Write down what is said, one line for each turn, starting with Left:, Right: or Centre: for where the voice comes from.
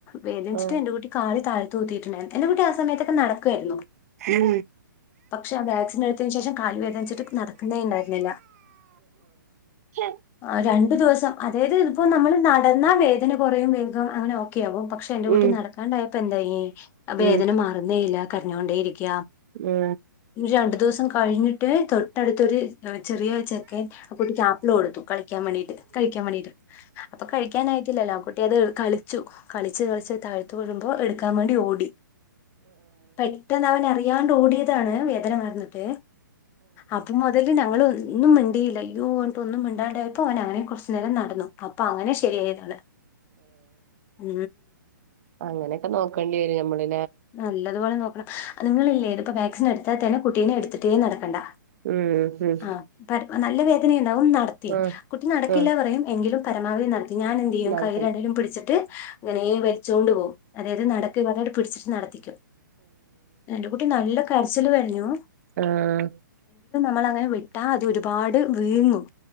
Left: വേദിച്ചിട്ട്
Right: ആഹ്
Left: എന്റെ കൂട്ടി കാളി താഴ് തൂ തീട്ടുണ്ടായിരുന്നു എന്റെ കുട്ടി ആ സമയത്തൊക്കെ നടക്കുമായിരുന്നു
Right: ഉം
Left: പക്ഷെ വാക്സിൻ എടുത്തതിന് ശേഷം കാല് വേദനിച്ചിട്ട് നടക്കുന്നേ ഉണ്ടായിരുന്നില്ല
Right: ഓ
Left: ആ രണ്ടു ദിവസം അതായത് ഇപ്പോ നമ്മള് നടന്നാ വേദന കുറയും വേഗം അങ്ങനെ ഒക്കെ ആകും പ ക്ഷെ എന്റെ കുട്ടി
Right: ഉം
Left: നടക്കാണ്ടയ ഇപ്പാ എന്താ വേദന
Right: ഉം
Left: മാറുന്നേ ഇല്ല കഞ്ഞൊണ്ടേ ഇരിക്ക
Right: ഏ
Left: ര ദിവസം കഴിഞ്ഞിട്ട് തൊട്ടടുത്തൊരു ചെറിയ ചെക്കൻ ആ കുട്ടിക്ക് ആപ്പില കൊടുത്തു കളിക്കാൻ വേണ്ടീട്ട് കഴിക്കാൻ വേണ്ടീട്ട് അപ്പൊ കഴിക്കൻായിട്ടല്ല കുട്ടി അത് കളിച്ചു കളിച്ച് കള തഴത്ത് വഴുമ്പോ എടുക്ക വേണ്ടി ഓടി പെട്ടെന്ന് അവനറി ഓടിയതാണ് വേദന വന്നിട്ട് അപ്പ മുതൽ ഞങ്ങ ഇന്ന അയില്ലയോഓട്ട ഒന്നും ഇണ്ടാണ്ടായപ്പോ അവന അങ്ങനെ കുറച്ച് നേരം നടന്നു അപ്പൊ അങ്ങനെ ശരിയായതാണ് ഉ
Right: അങ്ങനെയൊക്കെ നോക്കേണ്ടി വരും നമ്മള്
Left: നല്ലതുപോലെ നോക്കണം നിങ്ങളില്ലേ ഇതി ഇപ്പോ വാക്സിൻ എടുത്താത്ത തേന്നെ കുട്ടീനെ എടുത്തിട്ടേ നടക്കണ്ട
Right: ഉം ഉം
Left: ആ നല്ല വേദനയുണ്ടാവും നടത്തിയ
Right: ആ
Left: കുട്ടി നടക്കില്ല
Right: ആ
Left: പറയും എങ്കിലും പരമാവധി നട ഞാൻ എന്ത് ചെയ്യും
Right: നാല്പത്
Left: കയ്യിയിരണ്ടിലും പിടിച്ചിട്ട് അങ്ങനെ വരിച്ചുകോണ്ട് പോകും അതായത് നടക്കന്ന് പറഞ്ഞിട്ട് പിടിച്ചിട്ട് നടത്തിക്കും എന്റെ കുട്ടി നല്ല കരച്ചൽ കരഞ്ഞു
Right: ആഹ
Left: നമ്മളങ്ങനെ വിട്ടാൽ അത് ഒരുപാട് വീങ്ങും